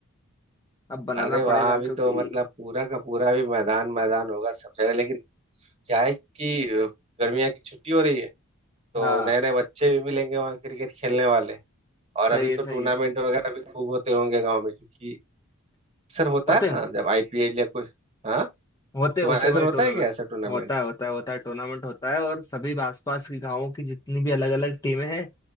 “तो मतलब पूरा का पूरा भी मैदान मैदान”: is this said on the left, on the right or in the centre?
Right